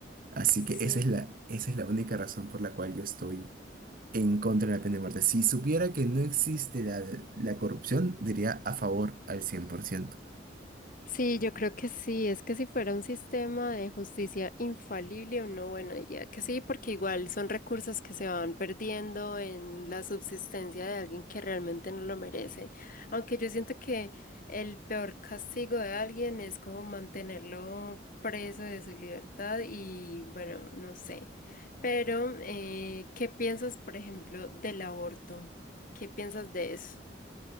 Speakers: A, on the right (about 50°); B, on the left (about 50°).
A: Así
B: sí.
A: que esa es la, esa es la única razón por la cual yo estoy en contra de la pena de muerte. Si supiera que no existe la, la corrupción, diría a favor al cien por ciento
B: Sí, yo creo que sí. Es que si fuera un sistema de justicia infalible o no, bueno, diría que sí, porque igual son recursos que se van perdiendo en la subsistencia de alguien que realmente no lo merece. Aunque yo siento que el peor castigo de alguien es como mantenerlo preso de su libertad y bueno, no sé. Pero, eh, ¿qué piensas, por ejemplo, del aborto? ¿Qué piensas de eso?